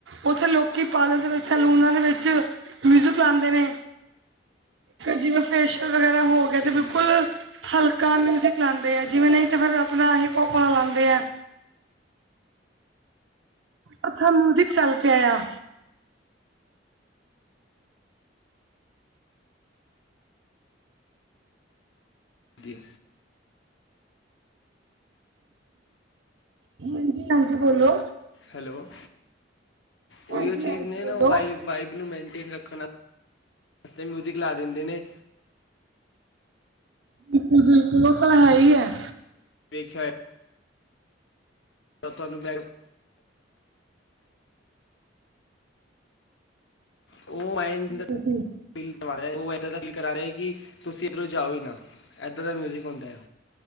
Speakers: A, on the right (about 80°); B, on the left (about 80°).
A: ਉੱਥੇ ਲੋਕੀ ਪਾਰਲਰ ਦੇ ਵਿੱਚ ਸਲੂਣਾ ਦੇ ਵਿੱਚ ਮਿਊਜ਼ਿਕ ਲਾਂਦੇ ਨੇ। ਜਿਵੇਂ ਫੇਸ਼ੀਅਲ ਵਗੈਰਾ ਹੋ ਗਿਆ ਤੇ
B: ਜੀ
A: ਬਿਲਕੁਲ
B: ਜੀ
A: ਹਲਕਾ ਮਿਊਜ਼ਿਕ ਲਾਉਂਦੇ ਆ ਜਿਵੇਂ ਨਹੀਂ ਤੇ ਫਿਰ ਆਪਣਾ ਹਿਪ-ਪੋਪ ਵਾਲਾ ਲਾਉਂਦੇ ਹੈ। ਅੱਖਾ ਮਊਜ਼ਿਕ ਚੱਲ ਪਏ ਆ।
B: ਜੀ
A: ਹਾਂਜੀ-ਹਾਂਜੀ ਬੋਲੋ।
B: ਹੈਲੋ, ਉਹੀ
A: ਹਾਂਜੀ
B: ਚੀਜ਼
A: ਹਾਂਜੀ
B: ਨੇ
A: ਬੋਲੋ
B: ਨਾ ਵਾਈ ਵਾਈਬ ਨੂੰ ਮੇਨਟੇਨ ਰੱਖਣ ਵਸਤੇ ਮਿਊਜ਼ਿਕ ਲਾ ਦਿੰਦੇ ਨੇ।
A: ਬਿਲਕੁਲ-ਬਿਲਕੁਲ ਉਹ ਤਾਂ ਹੈ ਹੀ ਹੈ।
B: ਦੇਖਿਆ ਹੋਏ ਤੁਹਾਨੂੰ ਬੈ <inaudible> ਉਹ ਮਾਇੰਡ
A: ਤੁਸੀਂ
B: ਫੀਲ ਕਰਾ ਰਿਹਾ ਉਹ ਇੱਦਾਂ ਦਾ ਫੀਲ ਕਰ ਰਿਹਾ ਕਿ ਤੁਸੀਂ ਇੱਧਰੋਂ ਜਾਓ ਹੀ ਨਾ ਇੱਦਾਂ ਦਾ ਮਿਊਜਿਕ ਹੁੰਦਾ ਓ।